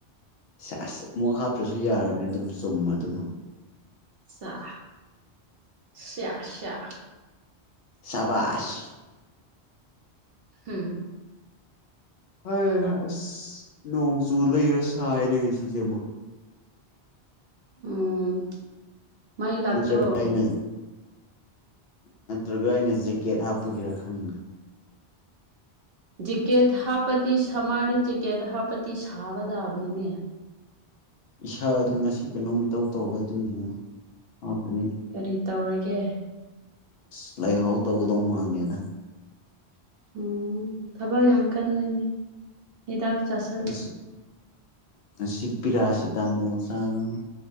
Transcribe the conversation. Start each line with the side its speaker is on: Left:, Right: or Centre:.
Left: ꯁꯦꯁ ꯑꯃꯨꯛ ꯍꯥꯞꯇ꯭ꯔꯖꯨ ꯌꯥꯔꯝꯅꯦ ꯑꯗꯨꯝ ꯆꯨꯝꯃꯗꯨꯕꯨ
Right: ꯆꯥ ꯁꯤꯌꯥ ꯁꯤꯌꯥ
Left: ꯁꯕꯥꯥꯁ
Right: ꯎꯝ
Left: ꯍꯩ ꯍꯥꯥ ꯑꯁ ꯅꯣꯡ ꯆꯨꯔꯗꯅ ꯁꯥꯏꯅꯦ ꯉꯁꯤꯁꯦ ꯑꯃꯨꯛ
Right: ꯎꯝ ꯃꯩ ꯂꯥꯛꯇ꯭ꯔꯣ
Left: ꯅꯠꯇ꯭ꯔꯒ ꯑꯩꯅ ꯅꯠꯇ꯭ꯔꯒ ꯑꯩꯅ ꯖꯦꯛꯀꯦꯠ ꯍꯥꯞꯄꯒꯤꯔꯥ ꯈꯪꯗꯦ
Right: ꯖꯤꯛꯀꯦꯠ ꯍꯥꯞꯄꯗꯤ ꯁꯃꯔꯗ ꯖꯤꯛꯀꯦꯠ ꯍꯥꯞꯄꯗꯤ ꯁꯥꯕ ꯇꯥꯕꯅꯤꯅꯦ
Left: ꯏꯁꯥꯗꯨ ꯉꯁꯤ ꯀꯩꯅꯣꯝ ꯏꯇꯧ ꯇꯧꯕ ꯑꯗꯨꯒꯤꯅꯤꯗ ꯍꯥꯞꯄꯤꯁꯦ
Right: ꯀꯔꯤ ꯇꯧꯔꯒꯦ
Left: ꯑꯁ ꯂꯥꯏꯍꯧ ꯇꯧꯒꯗꯧ ꯃꯥꯥꯟꯂꯦꯗ
Right: ꯎꯝ ꯊꯕꯛ ꯌꯥꯝ ꯀꯟꯕꯩꯅꯦ ꯍꯤꯗꯥꯛ ꯆꯥꯁꯜꯂꯣ
Left: ꯉꯁꯤ ꯉꯁꯤ ꯄꯦꯔꯥꯁꯤꯇꯥꯃꯣꯜ ꯆꯥꯥꯕꯅꯦ